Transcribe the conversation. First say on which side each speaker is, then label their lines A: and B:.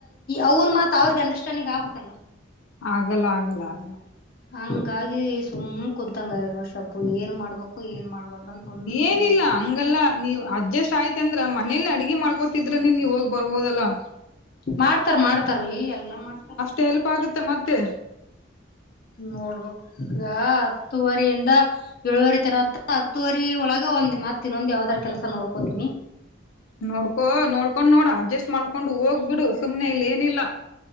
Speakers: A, on the left; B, on the left.
A: ಅವನ್ ಮಾತ್ ಅವ್ರಗೆ ಅಂಡರ್ಸ್ಟ್ಯಾಂಡಿಂಗ್ ಆಗ್ಬೇಕಕ್ಲ್ಲ
B: ಆಗಲ್ಲ ಆಗಲ್ಲ ಆಗಲ್ಲ
A: ಹಂಗಾಗಿ ಸುಮ್ ಕುಂತಂಗಗ ನೋ ಶಬ್ಬು ಏನ್ ಮಾಡ್ಬೇಕು ಏನ್ ಮಾಡ್ಬ್ದು ಅಂತ ಒಂದು ತಿಳಿಯಲಾಗ್ಯದ
B: ಏನಿಲ್ಲ ಹಂಗಲ್ಲ ನೀವ್ ಅಡ್ಜಸ್ಟ್ ಆಯ್ತ ಅಂದ್ರ ಮನೇಲಿ ಅಡಗೆ ಮಾಡ್ಕೋತಿದ್ರನೆ ನೀವ ಹೋಗ್ ಬರ್ಬೋದಲ್ಲಾ
A: ಮಾಡ್ತಾರ ಮಾಡ್ತಾರೀ ಎಲ್ಲಾ ಮಾಡ್ತಾರ
B: ತೆಲ್ಪ ಆಗುತ್ತೆ ಮತ್ತೆ
A: ನೋಡ್ಬೇಕು ಈಗ ಹತ್ತೂುವರಿಯಿಂದ ಏಳುವರಿ ತರತ್ತ ಹತ್ತುವರಿ ಒಳಗ ಒಂದ್ ಮಾತಿನಂದ ಯಾವ್ದಾರ ಕೆಲಸ ನೋಡ್ಕೊತೀಿನಿ
B: ನೋಡ್ಕೊ ನೋಡ್ಕೊಂಡ್ ನೋಡ ಅಡ್ಜಸ್ಟ್ ಮಾಡ್ಕೊಂಡು ಹೋಗ್ಬಿಡು ಸುಮ್ನೆ ಇಲ್ಲಿ ಏನಿಲ್ಲಾ